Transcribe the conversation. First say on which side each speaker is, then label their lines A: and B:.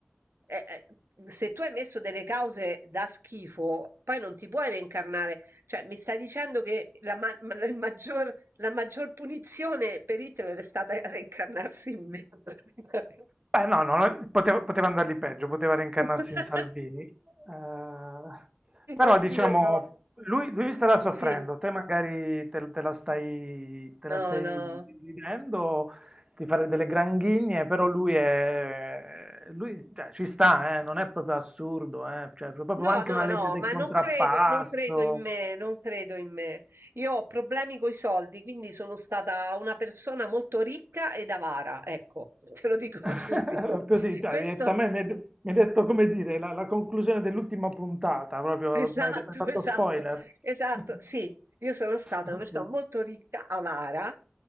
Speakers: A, on the right (about 65°); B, on the right (about 20°).
A: eh, eh, se tu hai messo delle cause da schifo, poi non ti puoi reincarnare. Cioè, mi stai dicendo che la, ma- ma- la- il maggior, la maggior punizione per Hitler è stata <laughs> reincarnarsi in me, praticamente.
B: Beh, no, no, no, poteva, poteva andargli peggio, poteva reincarnarsi
A: <laughs>
B: in Salvini. Eh, però
A: Oddio,
B: diciamo,
A: no.
B: lui, lui starà soffrendo,
A: Sì,
B: te magari te, te la stai, te
A: no,
B: la stai
A: no.
B: vivendo, ti farei delle granghigne, però lui è, lui, cioè, ci sta, eh, non è proprio assurdo, eh, cioè, è proprio
A: No,
B: anche
A: no,
B: una legge
A: no,
B: del
A: ma
B: contrappasso.
A: non credo, non credo in me, non credo in me. Io ho problemi coi soldi, quindi sono stata una persona molto ricca ed avara, ecco, <laughs> te lo dico <laughs>
B: <laughs>
A: subito.
B: Così, dai,
A: Questo
B: diretta a me mi hai de- mi hai detto come dire la, la conclusione dell'ultima puntata, proprio
A: Esatto,
B: mi hai de- mi hai fatto
A: <laughs> esatto,
B: spoiler.
A: esatto.
B: <laughs>
A: Sì, io sono stata
B: Ok,
A: una persona molto ricca, avara,